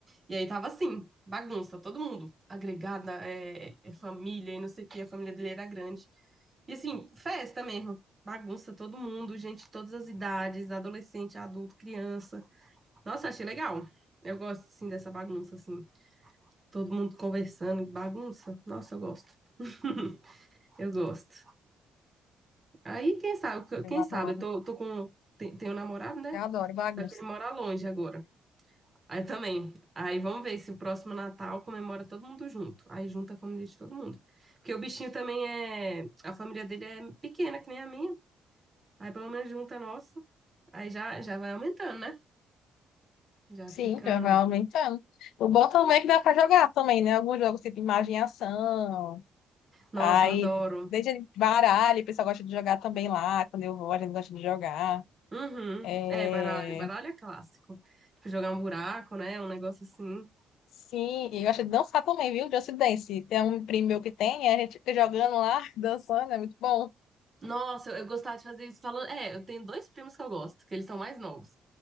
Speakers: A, on the right; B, on the left.
A: E aí tava assim, bagunça, todo mundo. Agregada, é, é família e não sei o que, a família dele era grande. E assim, festa mesmo. Bagunça, todo mundo, gente de todas as idades, adolescente, adulto, criança. Nossa, achei legal. Eu gosto, assim, dessa bagunça, assim. Todo mundo conversando, bagunça. Nossa, eu gosto. <laughs> Eu gosto. Aí, quem sabe,
B: Eu
A: quem
B: adoro,
A: sabe, eu tô, tô com. Tenho tenho um namorado, né?
B: eu adoro bagunça.
A: Só que ele mora longe agora. Aí também. Aí vamos ver se o próximo Natal comemora todo mundo junto. Aí junta a família de todo mundo. Porque o bichinho também é. A família dele é pequena, que nem a minha. Aí pelo menos junta a nossa. Aí já, já vai aumentando, né? Já
B: Sim,
A: fica.
B: já vai aumentando. O bom também é que dá pra jogar também, né? Alguns jogos tipo imagem e ação,
A: Nossa,
B: aí
A: eu adoro.
B: desde baralho, o pessoal gosta de jogar também lá, quando eu vou, a gente gosta de jogar.
A: Uhum.
B: É...
A: É, baralho. Baralho é clássico. Tipo, jogar um buraco, né? Um negócio assim.
B: Sim, e eu gosta de dançar também, viu? Just Dance. Tem um primo meu que tem, a gente fica jogando lá, <laughs> dançando, é muito bom.
A: Nossa, eu, eu gostava de fazer isso falando. É, eu tenho dois primos que eu gosto, que eles são mais novos.